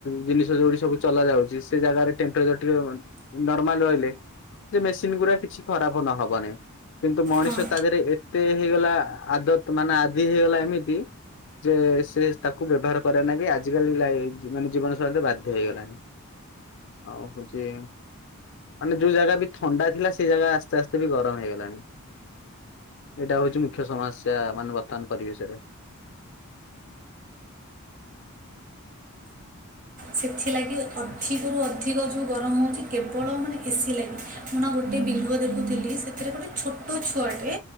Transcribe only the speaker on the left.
ଜିନିଷ ଯୋଉଠି ସବୁ ଚଲା ଯାଉଛି ସେ ଜାଗାରେ ଟେମ୍ପରେଚର ଟିକେ ବ। ନର୍ମାଲ ରହିଲେ ସେ ମେସିନ ଗୁରା କିଛି ଖରାପ ନ ହବନି। କିନ୍ତୁ ମଣିଷ
ତା ଦେହରେ ଏତେ ହେଇଗଲା ଆଦତ ମାନେ ଆଦି ହେଇଗଲା ଏମିତି। ଯେ ସେ ତାକୁ ବ୍ୟବହାର କରେ ନା କି ଆଜିିକାଲି ଲାଇ ଯୁ ମାନେ ଜୀବନ ଶୈଳୀରେ ବାଧ୍ୟ ହେଇଗଲାଣି। ଆଉ ହଉଚି। ମାନେ ଯୋଉ ଜାଗା ବି ଥଣ୍ଡା ଥିଲା ସେଇ ଜାଗା ଆସ୍ତେ ଆସ୍ତେ ବି ଗରମ ହେଇଗଲାଣି। ଏଇଟା ହଉଛି ମୁଖ୍ୟ ସମସ୍ୟା ମାନେ ବର୍ତ୍ତମାନ ପରିବେଶରେ।